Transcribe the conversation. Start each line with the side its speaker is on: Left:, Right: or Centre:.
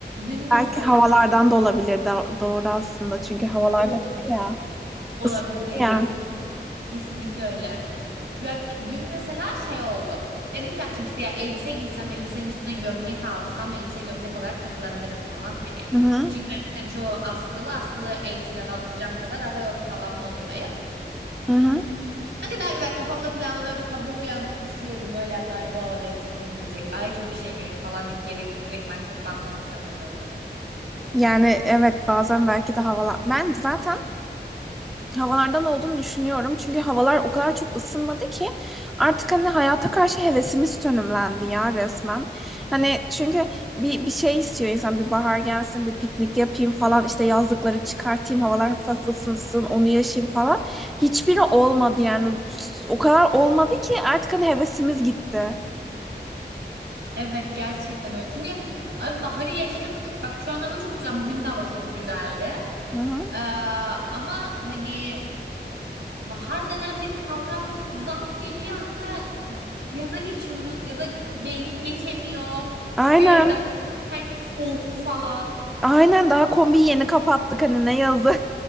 Right: Dün mesela
Centre: Belki havalardan da olabilir. Do- doğru aslında çünkü havalarda
Right: ol-
Centre: şey ya
Right: olabilir
Centre: ısınıyor.
Right: dengesiz
Centre: ya.
Right: ya. Kesinlikle öyle. Bak dün mesela şey oldu. Dedim ki akşam işte ya elbise giysem elbisenin üstüne gömlek alsam elbise gömlek olarak takılabilirim falan hani.
Centre: Hı hı.
Right: Çünkü benim elbisem çoğu askılı askılı elbiseyle daha duracağım kadar hava yok falan modundayım.
Centre: Hı hı.
Right: Ne kadar güzel kafamda planlı sabah uyandım üşüyorum böyle hatta "Ay, bu havada elbise kim giyecek ay çok üşeniyorum falan deyip geri direktmen kot pantolon tişörte döndüm.
Centre: Yani evet bazen belki de havalar... Ben zaten havalardan olduğunu düşünüyorum. Çünkü havalar o kadar çok ısınmadı ki artık hani hayata karşı hevesimiz sönümlendi ya resmen. Hani çünkü bir, bir şey istiyor insan bir bahar gelsin bir piknik yapayım falan işte yazlıkları çıkartayım havalar hafif ısınsın onu yaşayayım falan. Hiçbiri olmadı yani o kadar olmadı ki artık hani hevesimiz gitti.
Right: Evet gerçekten öyle çünkü abi baharı yaşayamadık bak şu an hava çok güzel bugün de hava çok güzeldi
Centre: Hı hı.
Right: Ee, ama hani bahar denen bir kavram yoktu zank diye bir anda yaza geçiyoruz yaza beynim geçemiyor
Centre: Aynen.
Right: çünkü daha her gün soğuktu falan
Centre: Aynen daha kombiyi yeni kapattık hani ne yazı